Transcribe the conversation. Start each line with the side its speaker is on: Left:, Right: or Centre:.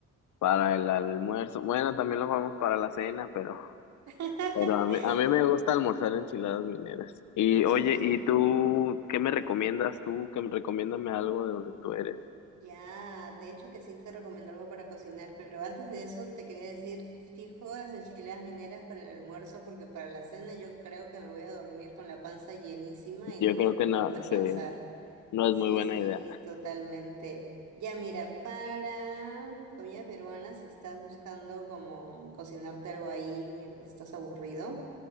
Left: para el almuerzo. Bueno, también lo vamos para la cena, pero,
Right: <laughs>
Left: pero a mí, a mí me gusta almorzar enchiladas mineras. Y
Right: Es
Left: oye,
Right: que,
Left: ¿y tú qué me recomiendas
Right: dime.
Left: tú? Que me recomiéndame algo de donde tú eres.
Right: Ya, de hecho que sí te recomiendo algo para cocinar, pero antes de eso te quería decir, fijo las enchiladas mineras para el almuerzo porque para la cena yo creo que me voy a dormir con la panza llenísima y
Left: Yo
Right: no voy
Left: creo
Right: a
Left: que
Right: poder
Left: no,
Right: descansar.
Left: sí, no
Right: Sí,
Left: es muy buena
Right: sí,
Left: idea.
Right: totalmente. Ya mira, para comida peruana, si estás buscando como cocinarte algo ahí mientras estás aburrido.